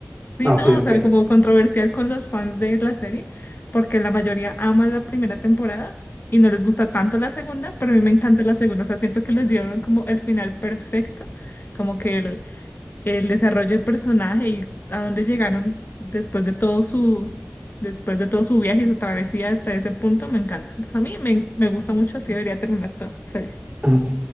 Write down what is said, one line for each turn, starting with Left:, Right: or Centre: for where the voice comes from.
Left: Sí,
Right: Ah,
Left: no,
Right: ok,
Left: o
Right: ok.
Left: sea, como controversial con los fans de la serie, porque la mayoría ama la primera temporada y no les gusta tanto la segunda, pero a mí me encanta la segunda, o sea, siento que les dieron como el final perfecto, como que el, el desarrollo del personaje y a dónde llegaron después de todo su, después de todo su viaje y su travesía hasta ese punto, me encanta. Entonces a mí me, me gusta mucho, así debería terminar todo. Feliz.
Right: Ok,